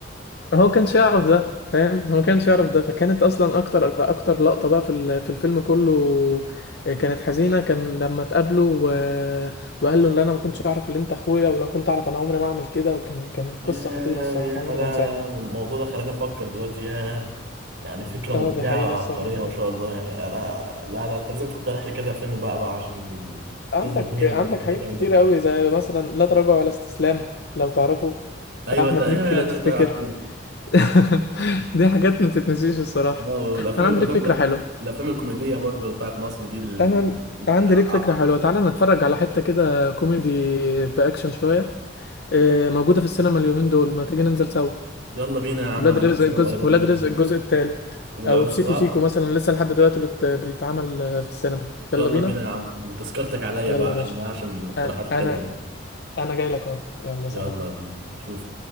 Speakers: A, on the left; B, on the right.
A: هو كانش يعرف ده فاهم هو كانش يعرف ده فكانت اصلا اكتر اكتر لقطة بقى في ال- في الفيلم كله كانت حزينة كان لما اتقابلوا و... وقال له اللي انا ما كنتش اعرف اللي انت اخويا ولو كنت اعرف انا عمري ما اعمل كده وكان كانت
B: ياه
A: قصة خطيرة الصراحة
B: ياه
A: عمري
B: لا لا
A: ما انساها
B: لا الموضوع ده خلاني افكر دلوقتي ياه يعني فكره مبدعه
A: اه دي حقيقة
B: وعبقريه
A: الصراحة
B: ما شاء الله يعني انا لا لا انت لازم تقترح لي كذا فيلم بقى بقى عشان القصه
A: عندك
B: دي هي اللي
A: عندك
B: بتشدني
A: حاجات
B: جامده
A: كتير قوي زي مثلا لا تراجع ولا استسلام لو تعرفه
B: ايوه
A: بتاع احمد
B: ده ايه
A: مكي لو
B: ده
A: تفتكر
B: ده عارفينه
A: <laughs> دي حاجات ما تتنسيش الصراحة
B: اه والافلام
A: انا عندي
B: الافلام
A: لك فكرة
B: لا،
A: حلوة
B: الافلام الكوميديه برضو بتاعت مصر دي ال...
A: انا عندي
B: ع-
A: ليك فكره
B: ع-
A: حلوه تعالى نتفرج على حته كده كوميدي باكشن شويه آه، موجوده في السينما اليومين دول ما تيجي ننزل سوا
B: يلا بينا يا عم
A: ولاد
B: انا عندي
A: رزق
B: السينما
A: الجزء
B: قريبه مني
A: ولاد رزق الجزء الثالث
B: والعز
A: او سيكو
B: و... و-
A: سيكو مثلا لسه لحد دلوقتي بت... بيتعمل آه، في السينما
B: يلا
A: يلا بينا
B: بينا يا عم وتذكرتك عليا
A: يلا
B: بقى عشان
A: يا باشا
B: عشان الاقتراحات
A: انا
B: الحلوه
A: انا
B: دي
A: أنا جاي لك اهو يلا
B: يلا
A: سلام
B: بينا شوف